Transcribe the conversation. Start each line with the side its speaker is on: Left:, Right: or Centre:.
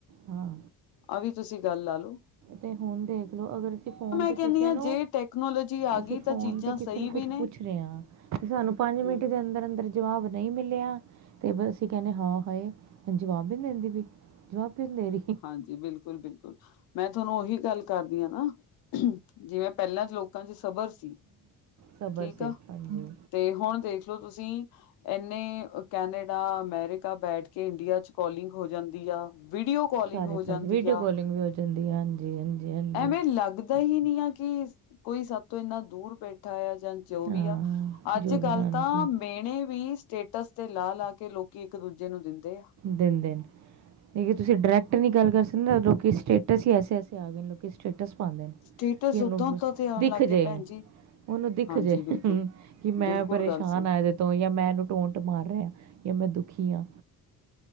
Right: ਹਾਂ
Left: ਆਹ ਵੀ ਤੁਸੀਂ ਗੱਲ ਲਾ ਲੋ।
Right: ਤੇ ਹੁਨ ਦੇਖਲੋ ਅਗਰ ਅਸੀਂ ਫੋਨ ਤੇ
Left: ਕਹਿੰਦੀ
Right: ਕਿਸੇ
Left: ਹਾਂ
Right: ਨੂੰ,
Left: ਜੇ ਟੈਕਨੋਲੋਜੀ ਆ
Right: ਅਸੀਂ
Left: ਗਈ ਤਾਂ
Right: ਫੋਨ
Left: ਚੀਜ਼ਾਂ
Right: ਤੇ ਕਿਸੇ
Left: ਸਹੀ
Right: ਨੂੰ ਕੁਛ
Left: ਵੀ
Right: ਪੁ
Left: ਨੇ
Right: ਪੁੱਛ ਰੇਆਂ, ਤੇ ਸਾਨੂੰ ਪੰਜ ਮਿੰਟ
Left: ਹਮ
Right: ਦੇ ਅੰਦਰ-ਅੰਦਰ ਜਵਾਬ ਨਈ ਮਿਲਿਆ ਤੇ ਅਸੀਂ ਕੈਨੇ ਹਾ ਹਏ ਜਵਾਬ ਵੀ ਨੀ ਦੇੰਦੀ ਵਈ। ਕਿਨੇਰੀ
Left: ਹਾਂਜੀ ਬਿਲਕੁਲ-ਬਿਲਕੁਲ, ਮੈਂ ਤੁਹਾਨੂੰ ਉਹੀ ਗੱਲ ਕਰਦੀ ਆ ਨਾ ਜਿਵੇਂ ਪੈਲਾਂ ਲੋ ਕਾਂ ਚ ਸਬਰ ਸੀ,
Right: ਸਬਰ
Left: ਠੀਕ
Right: ਸੇ
Left: ਆ
Right: ਹਾਂਜੀ
Left: ਤੇ ਹੁਨ ਦੇਖ ਲੋ ਤੁਸੀਂ ਐਨੇ ਕੈਨੇਡਾ, ਅਮਰੀਕਾ ਬੈਠ ਕੇ ਇੰਡੀਆ ਚ ਕੋਲਿੰਗ ਹੋ ਜਾਂਦੀ ਆ ਵੀਡੀਓ ਕੋਲਿੰਗ
Right: ਸਾਰੇ
Left: ਹੋ ਜਾਂਦੀ
Right: ਪਾਸੇ ਵੀਡੀਓ
Left: ਆ।
Right: ਕਾਲਿੰਗ ਵੀ ਹੋ ਜਾਂਦੀ ਹੈ ਹਾਂਜੀ ਹਾਂਜੀ ਹਾਂਜੀ
Left: ਐਵੇਂ ਲਗ ਦਾ ਹੀ ਨਹੀ ਆ ਕਿ ਕੋਈ ਸਾਤੋਂ ਇਨਾ ਦੂਰ ਬੈਠਾ ਆ ਜਾਂ ਜੋ
Right: ਹਾਂ
Left: ਵੀ ਆ। ਅੱਜ
Right: ਜੋ ਵੀ
Left: ਗੱਲ
Right: ਹਾਂਜੀ
Left: ਤਾਂ ਮੇਣੇ ਵੀ ਸਟੇਟਸ ਦੇ ਲਾ-ਲਾ ਕੇ ਲੋਕੀ ਏਕ ਦੂਜੇ ਨੂੰ ਦਿੰਦੇ ਆ।
Right: ਦਿੰਦੇ ਨੇ। ਤੁਸੀਂ ਡਾਇਰੈਕਟ ਨਈ ਗੱਲ ਕਰ ਸਕਦੇ ਨਾ, ਲੋਕੀ ਸਟੇਟਸ ਈ ਐਸੇ-ਐਸੇ ਆ ਗਏ ਲੋਕੀ ਸਟੇਟਸ ਪਾਂਦੇ ਨੇ
Left: ਸਟੇਟਸ
Right: ਕਿ ਉਨੂੰ
Left: ਓਦਾਂ ਉਦਾਂ ਤੇ ਆਉਣ
Right: ਦਿਖ
Left: ਲੱਗ
Right: ਜੇ।
Left: ਗਏ ਭੈਣ ਜੀ
Right: ਉਨੂੰ ਦਿਖ
Left: ਹਾਂਜੀ
Right: ਜੇ
Left: ਬਿਲਕੁਲ
Right: ਹੂੰ ਕਿ ਮੈਂ
Left: ਬਿਲਕੁਲ
Right: ਪਰੇਸ਼ਾਨ
Left: ਗੱਲ ਸਹੀ
Right: ਆ ਏ ਤੋਂ ਯਾਂ ਮੈਂ ਇਨੂੰ ਟੋਟ ਮਾਰ ਰਿਆ ਯਾਂ ਮੈਂ ਦੁਖੀ ਆਂ।